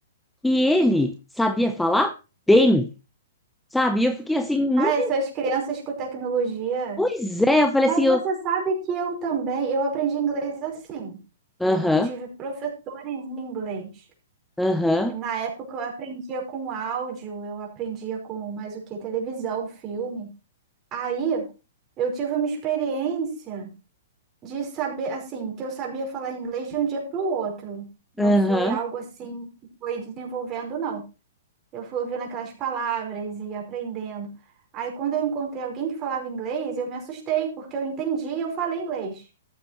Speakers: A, in the centre; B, on the right.
A: e ele sabia falar bem, sabe? E eu fiquei assim muito,
B: Ah, essas crianças com tecnologia.
A: pois é, eu falei
B: Mas
A: assim,
B: você
A: eu,
B: sabe que eu também, eu aprendi inglês assim. Eu
A: aham,
B: não tive professores em inglês.
A: aham.
B: E na época eu aprendia com áudio, eu aprendia com mais o que? Televisão, filme. Aí eu tive uma experiência. de saber, assim, que eu sabia falar inglês de um dia para o outro. Não
A: Aham.
B: foi algo assim que foi desenvolvendo, não. Eu fui ouvindo aquelas palavras e aprendendo. Aí, quando eu encontrei alguém que falava inglês, eu me assustei, porque eu entendi e eu falei inglês.